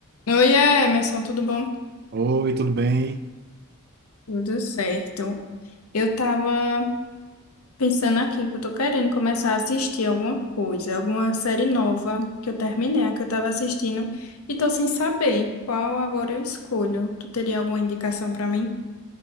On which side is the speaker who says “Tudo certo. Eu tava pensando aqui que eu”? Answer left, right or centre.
Left